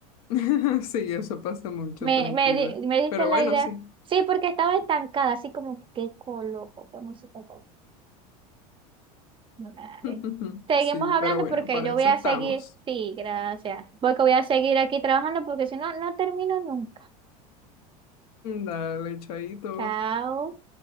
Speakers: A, on the left; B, on the right.
A: <laughs> Sí, eso pasa mucho,
B: Me,
A: tranquila.
B: me, di- me diste
A: Pero
B: la
A: bueno,
B: idea.
A: sí.
B: Sí, porque estaba estancada, así como, ¿qué coloco? ¿Qué música coloco? Dale.
A: <laughs>
B: Seguimos
A: Sí,
B: hablando
A: pero bueno,
B: porque
A: para
B: yo
A: eso
B: voy a
A: estamos.
B: seguir. Sí, gracias. Voy que voy a seguir aquí trabajando porque si no, no termino nunca.
A: Dale, chaito.
B: Chao.